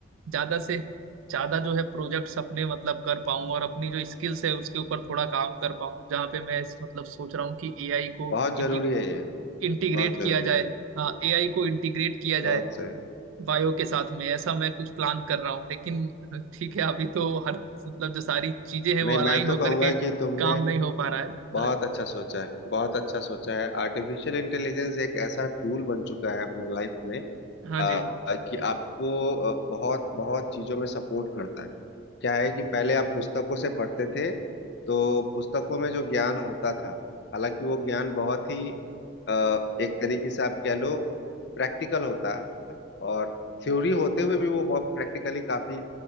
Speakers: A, on the right; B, on the left.
A: ज्यादा से ज्यादा जो है प्रोजेक्ट्स अपने मतलब कर पाऊँ और अपनी जो स्किल्स है उसके ऊपर थोड़ा काम कर पाऊँ जहाँ पे मैं इस मतलब सोच रहा हूँ कि एआई को
B: बहुत
A: इंटी,
B: जरूरी है ये
A: इंटीग्रेट
B: बहुत जरूरी
A: किया जाए
B: है
A: एआई को इंटीग्रेट किया जाए
B: बहुत से
A: बायो के साथ में ऐसा मैं कुछ प्लान कर रहा हूँ लेकिन ठीक है अभी तो हर मतलब जो सारी चीजें हैं वो
B: नहीं
A: अलाइन
B: मैं तो
A: होकर
B: कहूंगा
A: के
B: कि तुमने
A: काम नहीं हो पा रहा है
B: बहुत
A: हाँ जी
B: अच्छा सोचा है बहुत अच्छा सोचा है आर्टिफिशियल इंटेलिजेंस एक ऐसा टूल बन चुका है अपनी लाइफ में
A: हाँ
B: आ,
A: जी हाँ
B: कि आपको आ, बहुत बहुत चीजों में सपोर्ट करता है क्या है कि पहले आप पुस्तकों से पढ़ते थे तो पुस्तकों में जो ज्ञान होता था हालांकि वो ज्ञान बहुत ही आ, एक तरीके से आप कह लो प्रैक्टिकल होता और थ्योरी होते हुए भी वो बहुत प्रैक्टिकली काफी